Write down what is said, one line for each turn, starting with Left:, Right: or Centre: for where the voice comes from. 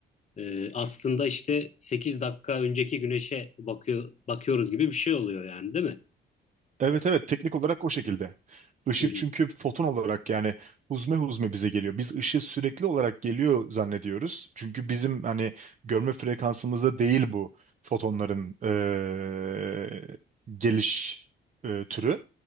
Left: e, aslında işte 8 dakika önceki güneşe bakıyor bakıyoruz gibi bir şey oluyor yani değil mi?
Right: Evet evet teknik olarak o şekilde. Işık
Left: Hı hı,
Right: çünkü foton olarak yani huzme huzme bize geliyor. Biz ışığı sürekli olarak geliyor zannediyoruz. Çünkü bizim hani görme frekansımızda değil bu fotonların eee, geliş eee, türü.